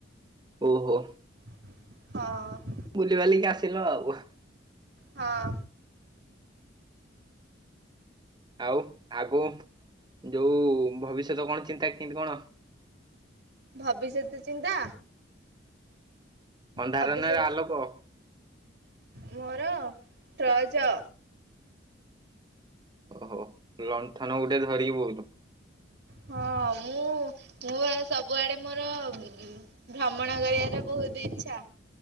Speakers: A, on the right; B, on the right.
A: ଓହୋ।
B: ହଁ।
A: ବୁଲିିବାଲିକି ଆସିଲ ଆଉ।
B: ହଁ।
A: ଆଉ ଆଗ ଯୋଉ ଭବିଷ୍ୟତ କଣ ଚିନ୍ତା? କେମିତି କଣ?
B: ଭବିଷ୍ୟତ ଚିନ୍ତା।
A: ଅନ୍ଧାର
B: ଭବିଷ୍ୟତ
A: ନା ଆଲୋକ?
B: ମୋର ଟର୍ଚ୍ଚ।
A: ଓହୋ ଲ ଣ୍ଠନ ଗୋଟେ ଧରିକି ବଇଲୁ।
B: ହଁ ମୁଁ ମୁଁ ସବୁଆଡେ ମୋର ଭ୍ରମଣ କରିବାର ବହୁତ ଇଚ୍ଛା